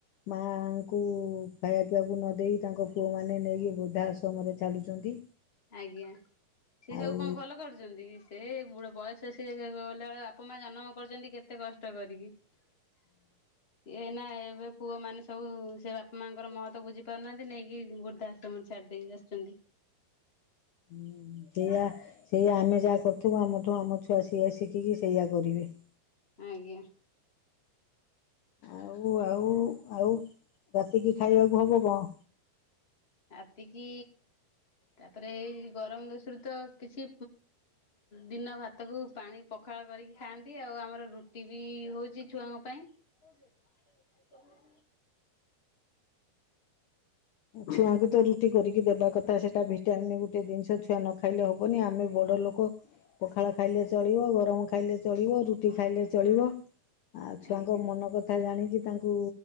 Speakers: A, on the left; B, on the left.
A: ମାଙ୍କୁ ଖାଇବା ପିଇବାକୁ ନ ଦେଇେଇ ତାଙ୍କ ପୁଅ ମାନେ ନେଇକି ବୃଦ୍ଧା ଆଶ୍ରମ ରେ ଛାଡୁଛନ୍ତି।
B: ଆଜ୍ଞା ସେ
A: ଆଉ
B: ସବୁ କଣ ଭଲ କରୁଛନ୍ତି ସେ ବୁଡ ବୟସ ସିଏ ଗଲାବେଳେ ବାପା ମା ଜନ୍ମ କରିଛନ୍ତି କେତେ କଷ୍ଟ କରିକି। ସିଏ ଏଇନା। ଏବେ ପୁଅ ମାନେ ସବୁ ସେ ବାପା ମାଙ୍କର ମହତ ବୁଝି ପାରୁନାହାନ୍ତି ନେଇକି ବୃର୍ଦ୍ଧା ଆଶ୍ରମର ଛାଡି ଦେଇେକି ଆସିଛନ୍ତି ।
A: ହୁଁ ସେଇଆ ସେଇଆ ଆମେ ଯାହା କରୁଥିବୁ ଆମଠୁ ଆମ ଛୁଆ ସେଇଆ ଶିଖିକି ସେଇଆ କରିବେ ।
B: ଆଜ୍ଞା ।
A: ଆଉ ଆଉ ଆଉ ରାତିକି ଖାଇବାକୁ ହବ କଣ?
B: ରାତିକି ତାପରେ ଏଇ ଗରମ ଦୋଷରୁ ତ କିଛି ଦିନ ଭାତକୁ ପାଣି ପଖାଳ କରିକି ଖାଆନ୍ତି ଆଉ ଆମର ରୁଟି ବି ହଉଛି ଛୁଆଙ୍କ ପାଇଁ ।
A: ଛୁଆଙ୍କୁ ତ ରୁଟି କରିକି ଦେବା କଥା ସେଟା ଭିଟାମିନ ଗୋଟେ ଦିନିଷ ଛୁଆ ନ ଖାଇଲେ ହବନି ଆମେ ବଡ ଲୋକ ପଖାଳ ଖାଇଲେ ଚଳିବ ଗରମ ଖାଇଲେ ଚଳିବ ରୁଟି ଖାଇଲେ ଚଳିବ । ଆଉ ଛୁଆଙ୍କ
B: ଆଜ୍ଞା
A: ମନ କଥା ଜାଣିକି। ତାଙ୍କୁ